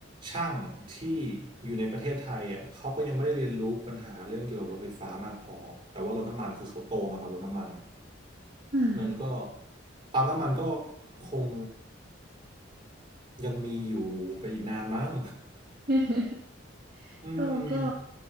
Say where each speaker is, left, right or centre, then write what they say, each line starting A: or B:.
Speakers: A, on the right; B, on the right.
A: ช่างที่อยู่ในประเทศไทยอ่ะเขาก็ยังไม่ได้เรียนรู้ปัญหาเรื่องเกี่ยวกับรถไฟฟ้ามากพอแต่ว่ารถน้ำมันคือเขาโตมากับรถน้ำมัน
B: อืม
A: มันก็ปั๊มน้ำมันก็คงยังมีอยู่ไปอีกนานมั้ง
B: <laughs>
A: <laughs> อืม
B: ก็ก็